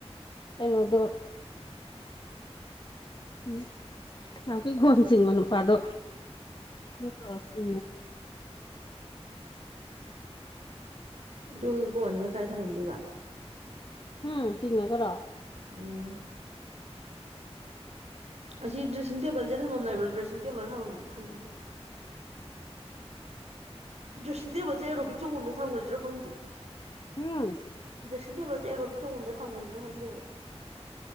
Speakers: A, on the left (about 40°); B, on the right (about 75°).
A: ꯀꯩꯅꯣꯗꯣ ꯎꯝ ꯅꯍꯥꯛꯀꯤ ꯒꯣꯟ ꯆꯤꯡꯕ ꯅꯨꯄꯥꯗꯣ ꯑ ꯇꯁꯤ
B: ꯑꯗꯨꯒ ꯀꯣꯟꯁꯤꯅ ꯀꯗꯥꯥꯏ ꯊꯝꯃꯝꯗꯣꯏꯕ
A: ꯎꯝ ꯆꯤꯡꯉ ꯈ꯭ꯔꯣ
B: ꯎꯥ ꯑꯁꯤ ꯗ꯭ꯔꯦꯁꯤꯡ ꯇꯦꯕꯜꯁꯦ ꯊꯝꯃꯝ ꯂꯩꯕ꯭ꯔꯣ ꯗ꯭ꯔꯦꯁꯤꯡ ꯇꯦꯕꯜ ꯊꯝꯝꯁꯦ ꯊꯝꯅꯤꯡꯕ꯭ꯔꯣ ꯗ꯭ꯔꯦꯁꯤꯡ ꯇꯦꯕꯜꯁꯦ ꯔꯣꯕꯤꯛ ꯆꯣꯡꯒꯣꯝꯗ ꯊꯝꯈ꯭ꯔꯁꯤꯔꯣ ꯈꯪꯗꯦ
A: ꯍꯨꯝ
B: ꯁꯤꯡ ꯇꯦꯕꯁꯦ ꯑꯦꯔꯣꯕꯤꯛꯣꯡꯣꯝꯗ ꯊꯝꯈꯁꯤꯁꯨ ꯈꯪꯗꯦꯕ